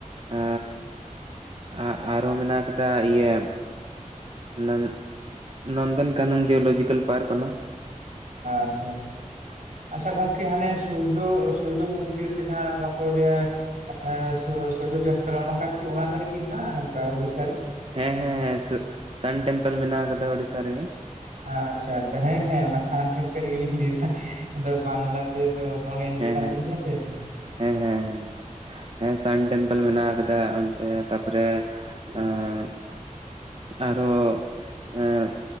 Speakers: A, on the right (about 45°); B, on the right (about 75°).
A: ᱟ <inaudible> ᱟᱨᱦᱚᱸ ᱢᱮᱱᱟᱜ ᱠᱟᱫᱟ ᱤᱭᱟᱹ, ᱱᱚᱱ ᱱᱚᱱᱫᱚᱱᱼᱼ ᱠᱟᱱᱚᱱ ᱡᱤᱭᱳᱞᱚᱡᱤᱠᱮᱞ ᱯᱟᱨᱠ ᱠᱟᱱᱟ ᱾
B: ᱟᱪᱪᱷᱟ ᱟᱪᱪᱷᱟ ᱜᱚᱝᱠᱮ ᱦᱟᱱᱮ ᱥᱩᱨᱡᱚ ᱥᱩᱨᱡᱚ ᱢᱚᱱᱫᱤᱨ ᱥᱮ ᱡᱟᱦᱟᱸ ᱵᱟᱠᱚ ᱞᱟᱹᱭᱟ ᱾ ᱮᱸ ᱥᱩᱨ, ᱥᱩᱨᱡᱚ ᱴᱮᱢᱯᱮᱞ ᱚᱱᱠᱟ ᱠᱤ ᱚᱱᱟ ᱫᱷᱟᱨᱮ ᱠᱤ ᱦᱮᱱᱟᱜᱼᱟ, ᱱᱚᱝᱠᱟ ᱩᱲᱤᱥᱟ ᱨᱮ?
A: ᱦᱮᱸ ᱦᱮᱸ, ᱥᱩᱨ ᱥᱟᱱᱴᱮᱢᱯᱮᱞ ᱢᱮᱱᱟᱜ ᱟᱠᱟᱫᱟ ᱳᱲᱤᱥᱟ ᱨᱮᱜᱮ ᱾
B: ᱟ ᱟᱪᱪᱷᱟ ᱟᱪᱪᱷᱟ ᱦᱮᱸ ᱦᱮᱸ ᱚᱱᱟ ᱥᱟᱱ ᱴᱮᱢᱯᱮᱞ ᱜᱮᱞᱤᱧ ᱞᱟᱹᱭ ᱫᱟ, ᱟᱫᱚ ᱵᱟᱝᱞᱟᱛᱮᱼᱼ ᱛᱚ ᱢᱚᱱᱮ ᱦᱤᱡᱩᱜ
A: ᱦᱮᱸ
B: ᱠᱟᱱ
A: ᱦᱮᱸ
B: ᱛᱟᱹᱞᱤᱧᱟ ᱥᱮ
A: ᱦᱮᱸ ᱦᱮᱸ, ᱥᱟᱱ ᱴᱮᱢᱯᱮᱞ ᱢᱮᱱᱟᱜ ᱠᱟᱫᱟ ᱾ ᱮ ᱛᱟᱯᱚᱨᱮ ᱮᱸᱼᱼ ᱟᱨᱚ ᱮᱸ